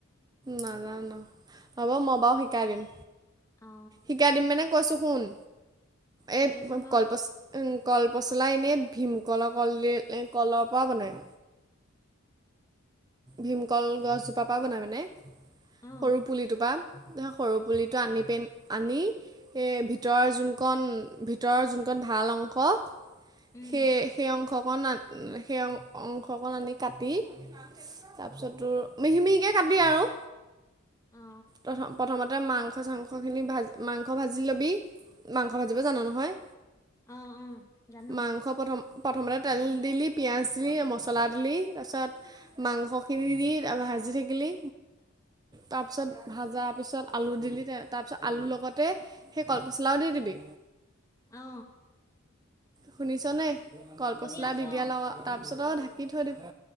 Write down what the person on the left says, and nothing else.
অ
কৈ
দেচোন বাৰু
অ
উম
অ
অ অ জানো
অ
শুনি আছো
অ